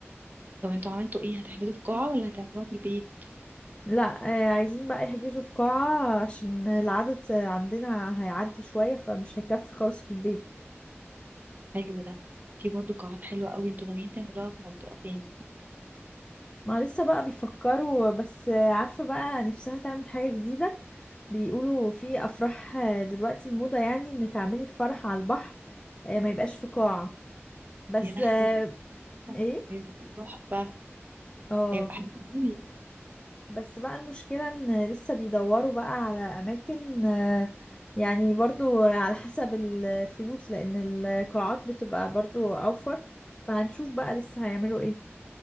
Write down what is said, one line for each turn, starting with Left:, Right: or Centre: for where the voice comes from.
Right: طب انتوا عملتوا ايه هتحجزوا في قاعة ولا هتعملوها في البيت
Left: لا آه، عايزين بقى يحجزوا في قاعه عشان العدد آه، عندنا هيعدي شويه فمش هيكفي خالص في البيت
Right: حلو ده في برضه قاعات حلوة قوي انتوا ناويين تعملوها في منطقة فين
Left: ما لسه بقى بيفكروا بس عارفة بقى نفسها تعمل حاجة جديدة بيقولوا في أفراح دلوقتي الموضة يعني إن تعملي الفرح على البحر آه، ما يبقاش في قاعة بس
Right: يا لهوي
Left: آه، إيه؟
Right: هيبقى تحفة
Left: اه
Right: هيبقى حلو قوي
Left: بس بقى المشكلة إن لسه بيدوروا بقى على أماكن آه، يعني برضو على حسب الفلوس لأن القاعات بتبقى برضو أوفر فهنشوف بقى لسه هيعملوا إيه